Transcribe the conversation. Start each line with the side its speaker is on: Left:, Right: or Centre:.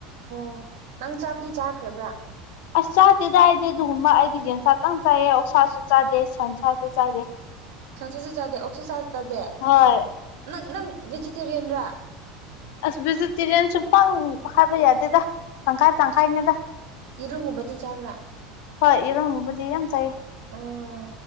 Right: ꯑꯣ ꯅꯪ ꯆꯥꯕꯗꯤ ꯆꯥꯈ꯭ꯔꯕ꯭ꯔꯥ
Left: ꯑꯁ ꯆꯥꯗꯦ ꯗꯥꯏꯗꯤ ꯑꯗꯨꯒꯨꯝꯕ ꯑꯩꯗꯤ ꯌꯦꯖꯦꯟꯁꯥꯇꯪ ꯆꯥꯏꯑ ꯑꯣꯛꯁꯥꯁꯨ ꯆꯥꯗꯦ ꯁꯟꯁꯥꯁꯨ ꯆꯥꯗꯦ <inaudible>
Right: ꯁꯟꯁꯥꯁꯨꯠ ꯆꯥꯗꯦ ꯑꯣꯛꯁꯥꯁꯥꯠ ꯇꯥꯗꯦ
Left: ꯍꯣꯏ
Right: ꯅꯪ ꯅꯪ ꯚꯦꯖꯤꯇꯦꯔꯤꯌꯟꯔꯥ
Left: ꯑꯁ ꯚꯦꯖꯤꯇꯦꯔꯤꯌꯥꯟꯁꯨ ꯄꯥꯛ ꯍꯥꯏꯕ ꯌꯥꯗꯦꯗ ꯇꯪꯈꯥꯏ ꯇꯪꯈꯥꯏꯅꯤꯗ
Right: ꯌꯦꯔꯨꯝꯒꯨꯝꯕꯗꯤ ꯆꯥꯕ꯭ꯔꯥ
Left: ꯍꯣꯏ ꯏꯔꯪꯕꯕꯨꯗꯤ ꯌꯥꯝ ꯆꯥꯏ
Right: ꯑꯣ